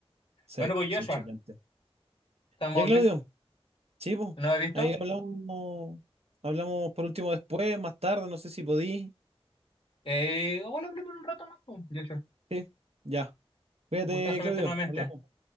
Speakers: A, on the right; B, on the left.
A: Sí,
B: Bueno, pues
A: son
B: Joshua,
A: choqueantes.
B: estamos
A: Ya, Claudio,
B: listos.
A: sí, po.
B: ¿No lo he visto?
A: Ahí hablamos, hablamos por último después, más tarde, no sé si podí.
B: Eh, bueno, hablemos un rato más, pues, Joshua.
A: Sí, ya. Cuídate,
B: Un gustazo verte
A: Claudio.
B: nuevamente.
A: Hablamos.